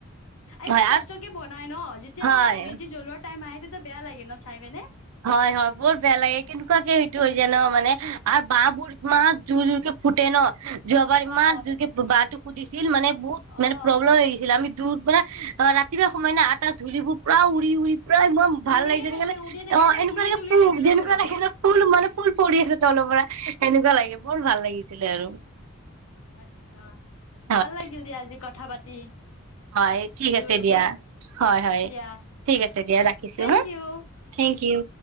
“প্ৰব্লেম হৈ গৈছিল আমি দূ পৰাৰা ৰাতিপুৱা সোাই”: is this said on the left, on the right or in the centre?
Right